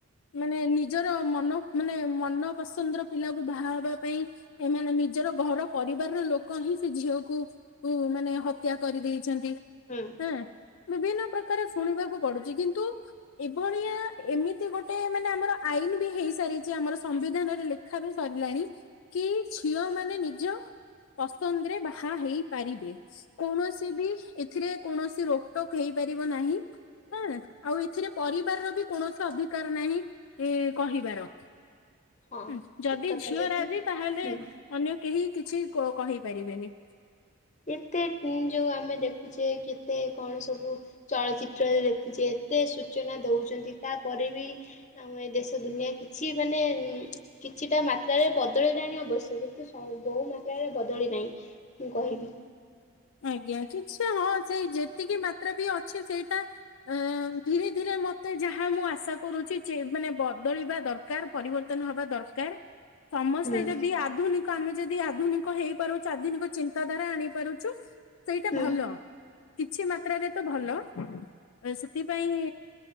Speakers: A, on the left; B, on the left.
A: ମାନେ ନିଜର ମନ ମାନେ ମନ ପସନ୍ଦର ପିଲାକୁ ବାହା ହବା ପାଇଁ ଏମାନେ ନିଜର ଘର ପରିବାରର ଲୋକ ହିଁ ସେ ଝିଅକୁ ଉ ମାନେ ହତ୍ୟା କରି ଦେଇଛନ୍ତି।
B: ହୁଁ।
A: ଏଁ ବିଭିନ୍ନ ପ୍ରକାର ଶୁଣିବାକୁ ପଡ଼ୁଚି କିନ୍ତୁ ଏଭଳିଆ ଏମିତି ଗୋଟେ ମାନେ ଆମର ଆଇନ ବି ହେଇସାରିଛି ଆମର ସମ୍ବିଧାନରେ ଲେ ଖିଆପିଆ ସରିଲାଣି କି ଝିଅ ମାନେ ନିଜ ପସନ୍ଦରେ ବାହା ହେଇପାରିବେ। କୌଣସି ବି ଏଥିରେ କୌଣସି ରୋକଟୋକ ହେଇପାରିବ ନାହିଁଁ
B: ହୁଁ
A: ଏଁ ଆଉ ଏଥିରେ ପରିବାରର ବି କୌଣସି ଅଧିକାର ନାହିଁ ଏ କହିବାର।
B: ହଁ
A: ହୁଁ ଯଦି
B: ଠିକ କଥା
A: ଝିଅ
B: ଯଦି
A: ରାଜି ତାହେଲେ
B: ହୁଁ
A: ଅନ୍ୟ କେହି କିଛି କ କହିପାରିବେନି।
B: ଏତେ ଉଁ ଯୋଉ ଆମେ ଦେଖୁଛେ କେତେ କଣ ସବୁ ଚଳଚିତ୍ରରେ ଦେଖୁଛେ ଏତେ ସୂଚନା ଦଉଛନ୍ତି ତାପରେ ବି ଆମ ଏ ଦେଶ ଦୁନିଆ କିଛି ମାନେ ଉଁ କିଛିଟା ମାତ୍ରାରେ ବଦଳିଲାଣି ଅବଶ୍ୟ କିନ୍ତୁ ସ ବହୁ ମାତ୍ରାରେ ବଦଳି ନାହିଁ। ମୁଁ କହିବି।
A: ଆଜ୍ଞା କିଛି ହଁ ସେଇ ଯେତିକି ମାତ୍ରା ବି ଅଛି ସେଇଟା ଆଁ ଧୀରେ ଧୀରେ ମତେ ଯାହା ମୁଁ ଆଶା କରୁଛି ଯେ ମାନେ ବଦଳିବା ଦର ଦରକାର ପରିବର୍ତ୍ତନ ହବା ଦରକାର ସମସ୍ତେ
B: ହୁଁ
A: ଯଦି ଆଧୁନିକ ଆମେ ଯଦି ଆଧୁନିକ ହେଇପାରୁ ସ୍ୱାଧୀନିକ ଚିନ୍ତାଧାରା ଆଣି ପାରୁଛୁ ସେଇଟା
B: ହୁଁ
A: ଭଲ। କିଛି ମାତ୍ରାରେ ତ ଭଲ ଉଁ ସେଥିପାଇଁ